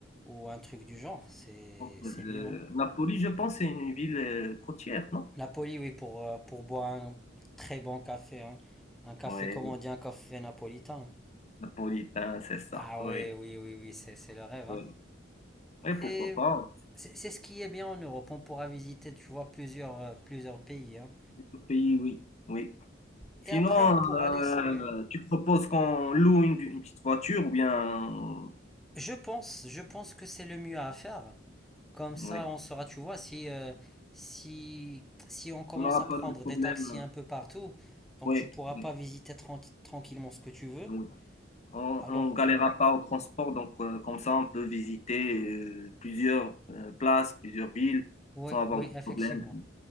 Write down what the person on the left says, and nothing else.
Donc,
euh,
Napoli, je pense, c'est une ville euh, côtière, non?
Oui,
napolitain, c'est ça.
Oui,
oui.
Oui,
pourquoi pas?
Le pays, oui. Oui.
Sinon,
euh,
tu proposes qu'on loue une, une petite voiture ou bien. euh,
Oui.
On n'aura
pas de problème.
Oui.
oui,
oui. On,
on galérera
pas au transport, donc euh, comme ça, on peut visiter euh, plusieurs euh, places, plusieurs villes
sans avoir
de
problème.